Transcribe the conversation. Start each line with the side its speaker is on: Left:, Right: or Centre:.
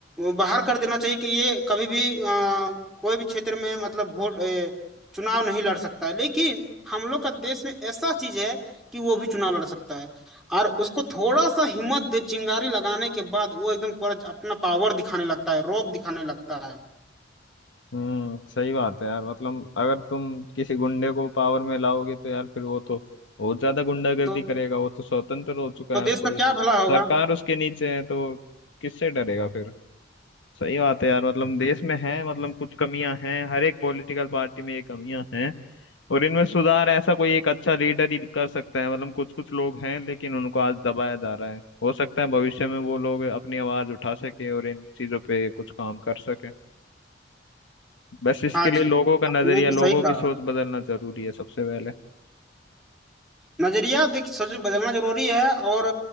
Centre: बाहर कर देना चाहिए कि ये कभी भी आ, कोई भी क्षेत्र में मतलब वोट ए, चुनाव नहीं लड़ सकता है लेकिन हम लोग का देश में ऐसा चीज है कि वो भी चुनाव लड़ सकता है और उसको थोड़ा सा हिम्मत दे चिंगारी लगाने के बाद वो एकदम पर अपना पावर दिखाने लगता है रौब दिखाने लगता है
Left: हम्म सही बात है यार मतलब अगर तुम किसी गुंडे को पावर में लाओगे तो यार फिर वो तो बहुत ज्यादा गुंडागर्दी
Centre: तो
Left: करेगा वो तो स्वतंत्र हो चुका
Centre: तो
Left: है अब
Centre: देश
Left: कोई
Centre: का क्या
Left: उस,
Centre: भला होगा
Left: सरकार उसके नीचे है तो किससे डरेगा फिर सही बात है यार मतलब देश में है मतलब कुछ कमियां हैं हर एक पॉलिटिकल पार्टी में ये कमियां हैं और इनमें सुधार ऐसा कोई एक अच्छा लीडर ही कर सकता है मतलब कुछ कुछ लोग हैं लेकिन उनको आज दबाया जा रहा है हो सकता है भविष्य में वो लोग अपनी आवाज उठा सके और इन चीजों पे कुछ काम कर सके बस इसके
Centre: हाँ
Left: लिए
Centre: जी
Left: लोगों का नजरिया
Centre: आपने भी
Left: लोगों
Centre: सही
Left: की
Centre: कहा
Left: सोच बदलना जरूरी है सबसे पहले
Centre: नजरिया देखिए सच में बदलना जरूरी है और